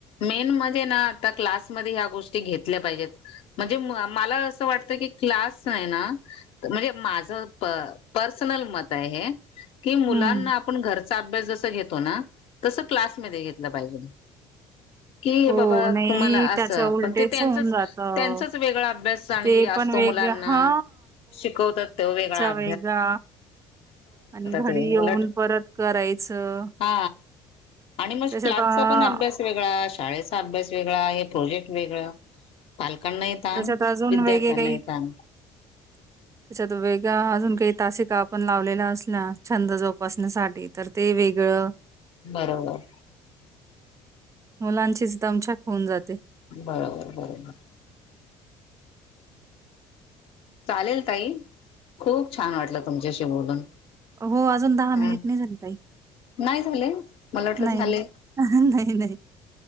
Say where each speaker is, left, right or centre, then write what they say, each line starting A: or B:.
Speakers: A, on the left; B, on the right.
A: मेन म्हणजे ना आता क्लासमध्ये ह्या गोष्टी घेतल्या पाहिजेत म्हणजे मला असं वाटत कि क्लास आहे ना म्हणजे माझं प पर्सनल मत हाय हे, की मुलांना
B: हम्म
A: आ पण घरचा अभ्यास जस घेतो ना तस क्लासमध्ये घेतलं पाहिजे. कि
B: हो
A: बाबा
B: नाही
A: तुम्हाला असं
B: त्याच्या उलटेच
A: पण ते त्यांचच
B: होऊन जातं.
A: -- त्यांचाच वेगळा अभ्यासी
B: ते पण
A: असतो
B: वेग
A: मुलांना
B: हा
A: शिकवतात तो वेगळा --
B: वेगा आणि घरी
A: ते
B: येऊन
A: उलट
B: परत करायचं.
A: हा आणि म
B: त्याच्यात
A: क्लासचा
B: अ,
A: पण अभ्यास वेगळा. शाळेचा -- अभ्यास वेगळा हे प्रोजेक्ट वेगळ पालकांनाही तान,
B: त्याच्यात अजून
A: विद्यार्थ्यांनाही
B: वेगळे काही
A: ताण.
B: <inaudible> त्याच्यात वेगा अजून काही तासिका आपण लावलेल्या असल्या छंद जोपासण्यासाठी तर ते वेगळं
A: बरोबर.
B: मुलांचीच तमच्याक ख होऊन जाते.
A: बरबर. चालेल ताई. खूप छान वाटलं तुमच्याशी बोलून.
B: हो. अजून दहा
A: हा
B: मिनिट नाही झाली ताई.
A: नाही झाले मला वाटलं
B: नाही,
A: झाले
B: नाही, नाही.